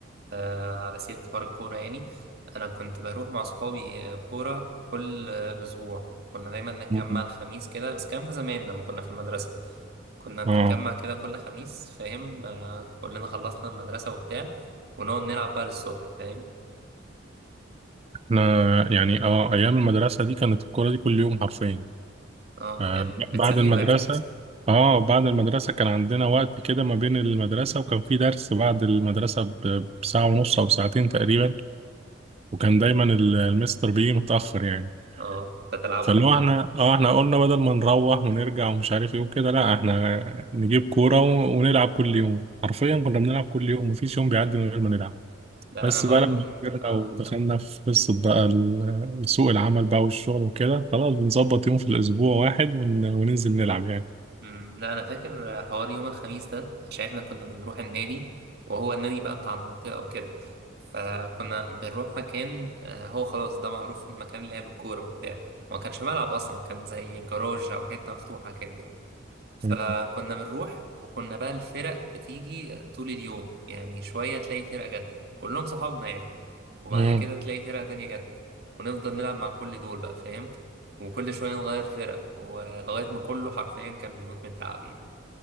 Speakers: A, on the right; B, on the right.
A: آه، على سيرة حوار الكورة يعني أنا كنت بروح مع أصحابي آه، كورة كل آه، أسبوع كنا دايما نتجمع
B: مم.
A: الخميس كده بس الكلام ده زمان لما كنا في المدرسة كنا بنتجمع
B: اه
A: كده كل خميس فاهم آه، كلنا خلصنا المدرسة وبتاع ونقعد نلعب بقى للصبح فاهم
B: احنا يعني اه ايام المدرسة دي كانت الكورة دي كل يوم حرفيا
A: اه
B: آه،
A: يعني بتسلي
B: بعد المدرسة
A: الواحد
B: اه بعد المدرسة كان عندنا وقت كده ما بين المدرسة وكان في درس بعد المدرسة ب- بساعة ونص أو ساعتين تقريبا وكان دايما ال- المستر بيجي متأخر يعني
A: اه بتلعبه
B: فاللي
A: بقى
B: هو احنا اه احنا قلنا بدل ما نروح ونرجع ومش عارف ايه وكده لا احنا نجيب كورة و- ونلعب كل يوم حرفيا كنا بنلعب كل يوم مفيش يوم بيعدي من غير ما نلعب
A: لا
B: بس
A: أنا برضو
B: بقى لما كبرنا
A: آه
B: ودخلنا في قصة بقى ال- سوق العمل بقى والشغل وكده خلاص بنظبط يوم في الأسبوع واحد ون- وننزل نلعب
A: مم، لا انا فاكر حوار يوم الخميس ده عشان احنا كنا بنروح النادي وهو النادي بقى بتاع المنطقه وكده فكنا بنروح مكان آه، هو خلاص ده معروف مكان لعب الكوره وبتاع ما كانش ملعب اصلا كان زي جراج او حته مفتوحه كده يعني فكنا
B: يعني
A: بنروح وكنا بقى الفرق بتيجي طول اليوم يعني شويه تلاقي فرقه جت كلهم صحابنا يعني وبعد
B: مم.
A: كده تلاقي فرقة تانية جت ونفضل نلعب مع كل دول بقى فاهم وكل شوية نغير فرق ولغاية ما كله حرفيا كان بيموت من التعب يعني